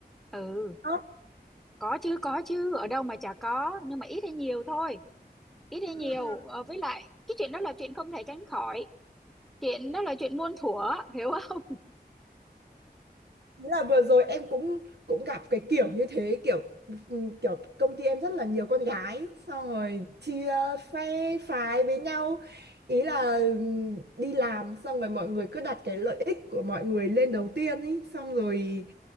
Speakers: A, in the centre; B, on the right.
A: ừ
B: Đó.
A: có chứ có chứ ở đâu mà chả có nhưng mà ít hay nhiều thôi ít hay
B: Ừ,
A: nhiều
B: ừ.
A: Ờ, với lại cái chuyện đó là chuyện không thể tránh khỏi chuyện đó là chuyện muôn thuở hiểu không
B: Thế là vừa rồi em cũng cũng gặp cái kiểu như thế kiểu ừm, kiểu công ty em rất là nhiều con gái xong rồi chia phe phái với nhau ý là ừm, đi làm xong rồi mọi người cứ đặt cái lợi ích của mọi người lên đầu tiên ý xong rồi